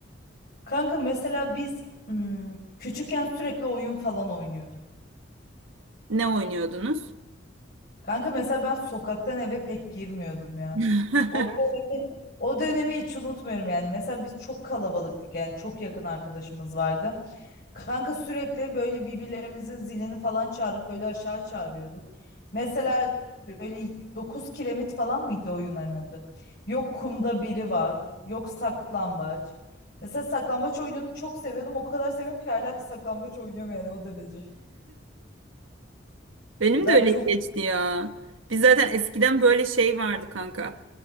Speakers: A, on the left (about 50°); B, on the right (about 85°).
A: Kanka mesela biz ım, küçükken sürekli oyun falan oynuyorduk.
B: Ne oynuyordunuz?
A: Kanka mesela ben sokaktan eve pek girmiyordum ya.
B: <laughs>
A: O dönemi, o dönemi hiç unutmuyorum yani. Mesela biz çok kalabalıktık yani çok yakın arkadaşımız vardı. Kanka sürekli böyle birbirlerimizin zilini falan çağırıp böyle aşağı çağırıyorduk. Mesela böyle 9 kiremit falan mıydı oyunların adı? Yok kumda biri var, yok saklambaç. Mesela saklambaç oyununu çok seviyordum. O kadar seviyorum ki hala saklambaç oynuyorum yani o derece.
B: Benim
A: Ben
B: de öyle
A: çok
B: geçti ya. Biz zaten eskiden böyle şey vardı kanka.